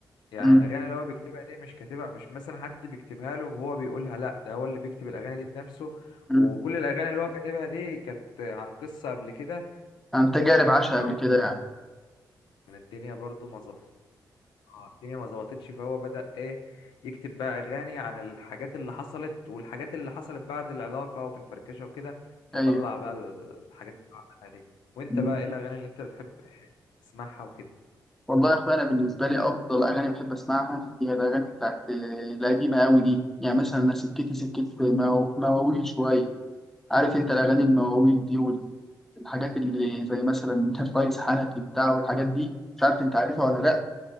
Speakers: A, on the left; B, in the centre.
A: يعني
B: امم
A: الاغاني اللي هو بيكتبها دي مش كاتبها مش مثلا حد بيكتبها له وهو بيقولها لا ده هو اللي بيكتب الاغاني دي بنفسه
B: امم
A: وكل الاغاني اللي هو كاتبها دي كانت عن قصه قبل كده
B: عن تجارب عاشها قبل
A: أو
B: كده يعني
A: يعني الدنيا برضو ما ظبط اه الدنيا ما ظبطتش فهو بدأ ايه يكتب بقى اغاني عن الحاجات اللي حصلت والحاجات اللي حصلت بعد العلاقه وفي الفركشه وكده فطلع
B: ايوه
A: بقى الحاجات اللي عملها دي وانت
B: مم.
A: بقى ايه الاغاني اللي انت بتحب تسمعها وكده
B: والله يا اخويا انا بالنسبه لي افضل اغاني بحب اسمعها هي الاغاني بتاعت آه، القديمه قوي دي يعني مثلا انا سكتي سكت مواويل شويه عارف انت الاغاني المواويل دي الحاجات اللي زي مثلا <laughs> الرئيس حنفي بتاع والحاجات دي مش عارف انت عارفها ولا لا